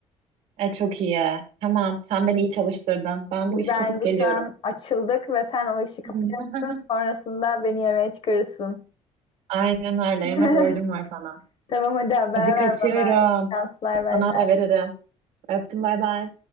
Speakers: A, on the right; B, on the left.
A: E, çok iyi. Tamam sen beni iyi çalıştırdın. Ben
B: Biz
A: bu işi
B: bence
A: kapıp geliyorum.
B: şu an açıldık ve sen o işi kapacaksın.
A: <laughs>
B: Sonrasında beni yemeğe çıkarırsın.
A: Aynen öyle
B: <laughs>
A: yemek borcum var sana.
B: Tamam hadi haber
A: Hadi kaçıyorum.
B: ver bana. İyi şanslar bay
A: Sana
B: bay.
A: haber veririm. Öptüm bay bay.